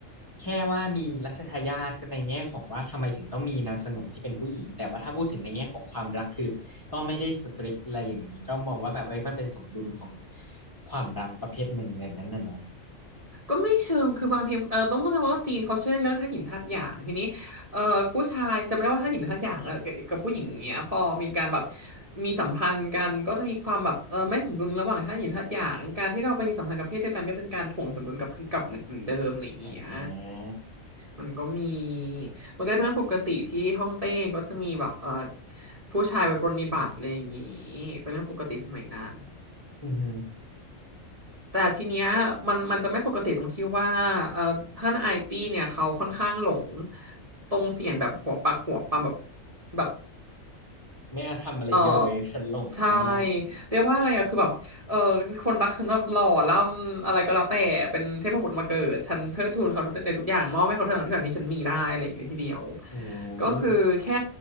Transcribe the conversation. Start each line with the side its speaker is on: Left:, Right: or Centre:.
Left: แค่ว่ามีรัชทายาทก็ในแง่ของว่าทำไมถึงต้องมีนางสนมที่เป็นผู้หญิงแต่ว่าถ้าพูดถึงในแง่ของความรักคือก็ไม่ได้สตริกอะไรอย่างนี้ก็มองว่าแบบเอ้ยมันเป็นสมดุลของความรักประเภทหนึ่งอย่างนั้นน่ะนะ
Right: ก็ไม่เชิงคือบางทีเออต้องเข้าใจว่าจีนเขาเชื่อเรื่องธาตุหยินธาตุหยางทีนี้เออผู้ชายจำไม่ได้ว่าธาตุหยินธาตุหยางเออกับกับผู้หญิงอย่างเงี้ยพอมีการแบบมีสัมพันธ์กัน ก็จะมีความแบบเออไม่สมดุลระหว่างธาตุหยินธาตุหยางการที่เราไปมีสัมพันธ์กับเพศเดียวกันก็เป็นการถ่วงสมดุลกลับคืนกลับเหมือนเหมือนเดิมอะไรอย่างเงี้ย
Left: อ่า
Right: มันก็มี มันก็เป็นเรื่องปกติที่ฮ่องเต้ก็จะมีแบบเออผู้ชายไว้ปรนนิบัติอะไรอย่างงี้เป็นเรื่องปกติสมัยนั้น
Left: อือหือ
Right: แต่ทีเนี้ยมันมันจะไม่ปกติตรงที่ว่าเอ่อท่านไอตี้เนี่ยเขาค่อนข้างหลงตรงเสียนแบบหัวปักหัวปำแบบแบบ
Left: ไม่เอาทำอะไรเลยฉันหลงมาก
Right: เออใช่เรียกว่าอะไรอะคือแบบเออคนรักฉันแบบหล่อล่ำอะไรก็แล้วแต่เป็นเทพบุตรมาเกิดฉันเทิดทูนเขาในทุกอย่างมอบให้เขาทุกอย่างทุกอย่างที่ฉันมีได้อะไรอย่างเงี้ยทีเดียว
Left: โอ้
Right: ก็คือแค่
Left: ย